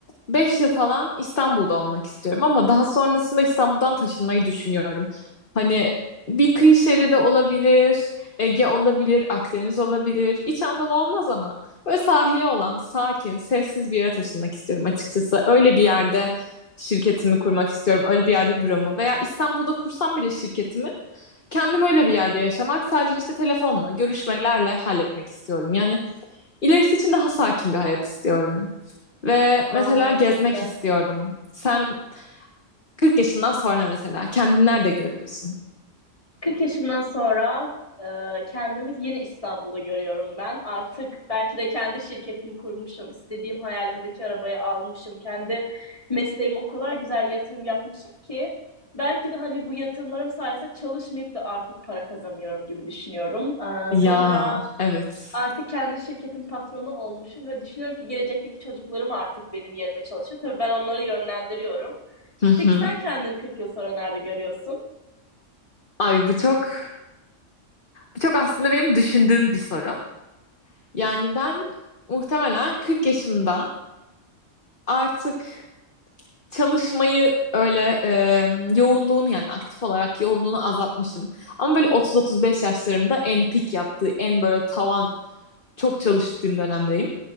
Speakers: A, on the left (about 45°); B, on the left (about 25°).
A: 5 yıl falan İstanbul'da olmak istiyorum. Ama daha sonrasında İstanbul'dan taşınmayı düşünüyorum. Hani bir kıyı şeridi olabilir, Ege olabilir, Akdeniz olabilir. İç Anadolu olmaz ama böyle sahili olan, sakin, sessiz bir yere taşınmak istiyorum açıkçası. Öyle bir yerde şirketimi kurmak istiyorum. Öyle bir yerde büromu veya İstanbul'da kursam bile şirketimi Kendim öyle bir yerde yaşamak sadece işte telefonla, görüşmelerle halletmek istiyorum. Yani ilerisi için daha sakin bir hayat istiyorum. Ve
B: Aa,
A: mesela gezmek
B: çok güzel.
A: istiyorum. Sen 40 yaşından sonra mesela kendini nerede görüyorsun?
B: 40 yaşımdan sonra e, kendimi yine İstanbul'da görüyorum ben. Artık belki de kendi şirketimi kurmuşum, istediğim hayalimdeki arabayı almışım, kendi mesleğime o kadar güzel yatırım yapmışım ki belki de hani bu yatırımlarım sayesinde çalışmayıp da artık para kazanıyorum gibi düşünüyorum.
A: Ya,
B: E, sonra
A: evet.
B: artık kendi şirketin patronu olmuşum ve düşünüyorum ki gelecekteki çocuklarım artık benim yerime çalışıyor. Tabii ben onları yönlendiriyorum.
A: Hı hı.
B: Peki sen kendini 40 yıl sonra nerede görüyorsun?
A: Ay bu çok bu çok aslında benim düşündüğüm bir soru. Yani ben muhtemelen 40 yaşımda artık çalışmayı öyle e, yoğunluğunu yani aktif olarak yoğunluğunu azaltmışım. Ama böyle 30-35 yaşlarımda en pik yaptığı, en böyle tavan çok çalıştığım dönemdeyim.